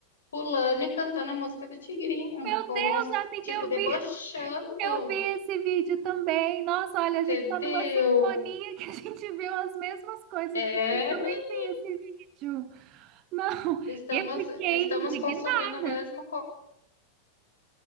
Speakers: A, on the left; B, on the right.
A: pulando e cantando a música do Tigrinho,
B: Meu
A: como,
B: Deus, amiga,
A: tipo,
B: eu
A: debochando.
B: vi, eu vi esse vídeo também. Nossa, olha, a
A: Você
B: gente
A: viu?
B: tá numa sintonia que a gente viu as mesmas coisas,
A: É,
B: porque eu também
A: mi-
B: vi esse vídeo. Não,
A: estamos,
B: eu fiquei
A: estamos
B: indignada.
A: consumindo o mesmo co-